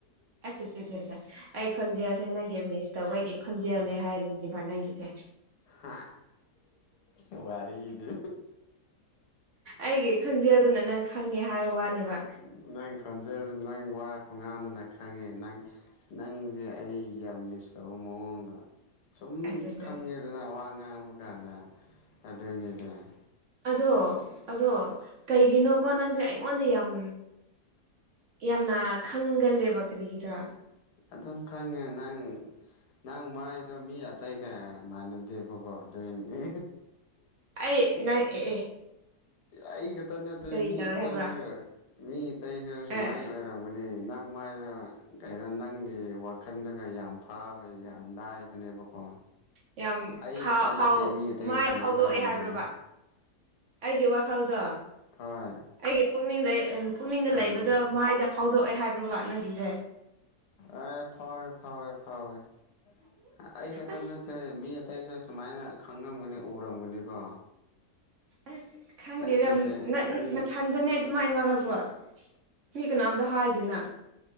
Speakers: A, on the right; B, on the left.
A: ꯑꯠ ꯆꯥ ꯆꯥ ꯆꯥ ꯆꯥ ꯑꯩ ꯈꯣꯟꯖꯦꯜꯁꯦ ꯅꯪꯒꯤ ꯃꯤꯁ ꯇꯧꯕꯒꯤ ꯈꯣꯟꯖꯦꯜꯅꯦ ꯍꯥꯏꯔꯤꯅꯦꯕ ꯅꯪꯒꯤꯁꯦ
B: ꯍꯥ ꯍꯣꯏ ꯋꯥꯔꯤꯗꯤ
A: ꯑꯩꯒꯤ ꯈꯣꯟꯖꯦꯜꯗꯨꯅ ꯅꯪ ꯈꯪꯉꯦ ꯍꯥꯏꯕ ꯋꯥꯅꯦꯕ
B: ꯎꯨ ꯅꯪ ꯈꯣꯟꯖꯦꯜꯗ ꯅꯪ ꯋꯥ ꯈꯨꯉꯥꯡꯗꯨꯅ ꯈꯪꯉꯦ ꯅꯪ ꯅꯪꯁꯦ ꯑꯩ ꯌꯥꯝ ꯃꯤꯁ ꯇꯧꯕ ꯃꯑꯣꯡꯗ ꯁꯨꯝ
A: ꯑꯠꯆꯥꯆꯥ
B: ꯈꯪꯉꯦꯗꯅ ꯋꯥ ꯉꯥꯡꯕꯀꯥꯟꯗ ꯑꯗꯨꯅꯦꯗꯅ
A: ꯑꯗꯣ ꯑꯗꯣ ꯀꯩꯒꯤꯅꯣꯀꯣ ꯅꯪꯁꯦ ꯑꯩꯉꯣꯟꯗ ꯌꯥꯝ ꯌꯥꯝꯅ ꯈꯪꯒꯜꯂꯦꯕ ꯀꯔꯤꯒꯤꯔꯥ
B: ꯑꯗꯨꯝ ꯈꯪꯉꯦ ꯅꯪ ꯅꯪ ꯃꯥꯏꯗꯣ ꯃꯤ ꯑꯇꯩꯒ ꯃꯥꯅꯗꯦꯕꯀꯣ ꯑꯗꯨꯢꯅꯤ
A: ꯑꯦ ꯅꯪ ꯑꯦ ꯑꯦ
B: ꯑꯩ ꯈꯛꯇ ꯅꯠꯇꯦ
A: ꯀꯔꯤ
B: ꯃꯤ
A: ꯇꯧꯋꯦ
B: ꯑꯇꯩꯁꯨ
A: ꯍꯥꯏꯕ꯭ꯔꯥ
B: ꯃꯤ ꯑꯇꯩꯁꯨ ꯁꯨꯃꯥꯏ
A: ꯑꯦ
B: ꯑꯣꯏ ꯔꯝꯒꯅꯤ ꯅꯪ ꯃꯥꯏꯗꯣ ꯀꯩꯅꯣ ꯅꯪ ꯅꯪꯒꯤ ꯋꯥꯈꯜꯗꯒ ꯌꯥꯝ ꯐꯥꯕ ꯌꯥꯝ ꯂꯥꯏꯕꯅꯦꯕꯀꯣ
A: ꯌꯥꯝ
B: ꯑꯩ
A: ꯐꯥꯎ
B: ꯈꯛꯇ ꯅꯠꯇꯦ ꯃꯤ ꯑꯇꯩꯁꯨ
A: ꯃꯥ
B: ꯁꯨꯃꯥꯏꯅ
A: ꯐꯥꯎꯗꯣꯛꯑꯦ
B: ꯇꯧꯔꯝꯒꯅꯤ
A: ꯍꯥꯏꯕ꯭ꯔꯕ ꯑꯩꯒꯤ ꯋꯥꯈꯜꯗꯣ
B: ꯍꯣꯏ
A: ꯑꯩꯒꯤ ꯄꯨꯛꯅꯤꯡ ꯂꯩ ꯑꯥ ꯄꯨꯛꯅꯤꯡꯗ
B: ꯎꯝ
A: ꯂꯩꯕꯗꯣ ꯃꯥꯏꯗ ꯐꯥꯎꯗꯣꯛꯑꯦ ꯍꯥꯏ ꯕ꯭ꯔꯣꯕ ꯅꯪꯒꯤꯁꯦ
B: ꯑꯥ ꯐꯥꯎꯔꯦ ꯐꯥꯎꯋꯦ ꯐꯥꯎꯋꯦ ꯑꯥ ꯑꯩ ꯈꯛꯇ
A: ꯑꯁ
B: ꯅꯠꯇꯦ ꯃꯤ ꯑꯇꯩꯁꯨ ꯁꯨꯃꯥꯏꯅ ꯈꯪꯉꯝꯒꯅꯤ ꯎꯔꯝꯒꯅꯤꯀꯣ
A: ꯑꯁ ꯈꯪꯗꯦꯗ
B: ꯅꯪꯒꯤꯁꯦ
A: ꯅꯥ
B: ꯃꯤ
A: ꯅꯊꯟꯗꯅꯦ ꯑꯗꯨꯃꯥꯏ ꯉꯥꯡꯔꯛꯄ ꯃꯤ ꯀꯅꯥꯝꯇ ꯍꯥꯏꯗꯦꯅ